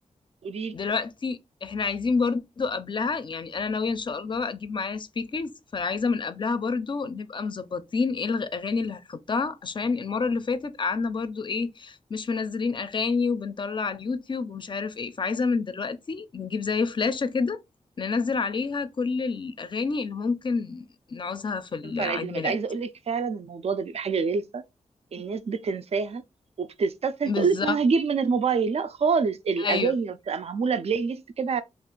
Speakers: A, on the right; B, on the left.
A: قولي لي.
B: دلوقتي احنا عايزين برضو قبلها يعني انا ناوية ان شاء الله اجيب معايا سبيكرز فعايزة من قبلها برضو نبقى مظبطين ايه الاغاني اللي هنحطها عشان المرة اللي فاتت قعدنا برضو ايه مش منزلين اغاني وبنطلع على اليوتيوب ومش عارف ايه فعايزة من دلوقتي نجيب زي فلاشة كده ننزل عليها كل الاغاني اللي ممكن نعوزها في العيد
A: تنفع لعيد الميلاد
B: ميلاد
A: عايزه اقول لك فعلا الموضوع ده بيبقى حاجه غلسه الناس بتنساها وبتستسهل
B: بالظبط
A: تقول لك ما انا هجيب من الموبايل لا خالص الاغاني
B: ايوه
A: لما بتبقى معموله بلاي ليست كده